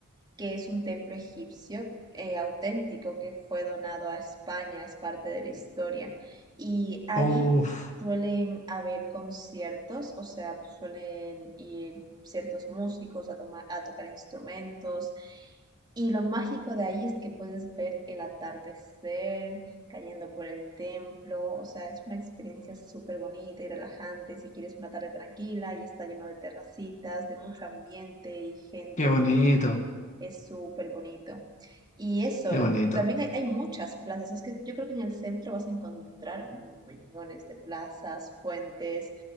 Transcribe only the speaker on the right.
que es un templo egipcio eh, auténtico que fue donado a España, es parte de la historia. Y ahí
suelen haber conciertos, o sea, suelen ir ciertos músicos a, toma- a tocar instrumentos. Y lo mágico de ahí es que puedes ver el atardecer cayendo por el templo, o sea, es una experiencia súper bonita y relajante si quieres una tarde tranquila y está lleno de terracitas, de mucho ambiente y gente
es súper bonito. Y eso,
también hay, hay muchas plazas. Es que yo creo que en el centro vas a encontrar millones de plazas, fuentes